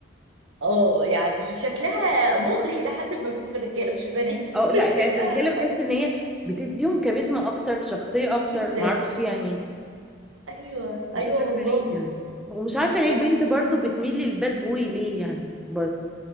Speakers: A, on the right; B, in the centre.
A: اه يعني شكلها مغري الى حد ما بس في الرجاله مش البنات
B: اه لا
A: <laughs> شكلها
B: يعني في الرجاله بحس
A: حلو
B: ان هي بتديهم كاريزما اكتر شخصيه اكتر
A: جدا
B: معرفش يعني
A: ايوه
B: مش
A: ايوه
B: عارفه
A: والله
B: ليه يعني ومش عارفه ليه
A: ده
B: البنت برضو بتميل للباد بوي ليه يعني برضو